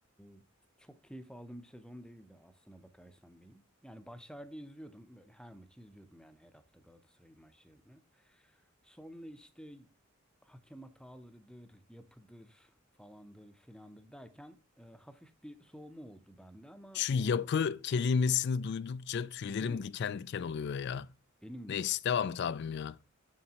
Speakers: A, in the centre; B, on the left.
A: e, çok keyif aldığım bir sezon değildi aslına bakarsan benim. Yani başlarda izliyordum, böyle her maçı izliyordum yani her hafta Galatasaray'ın maçlarını. Sonra işte hakem hatalarıdır, yapıdır falandır filandır derken e, hafif bir soğuma oldu bende ama
B: Şu
A: yine
B: yapı
A: de
B: kelimesini duydukça tüylerim
A: değil mi?
B: diken diken oluyor ya.
A: Benim
B: Neyse
A: de.
B: devam et abim ya.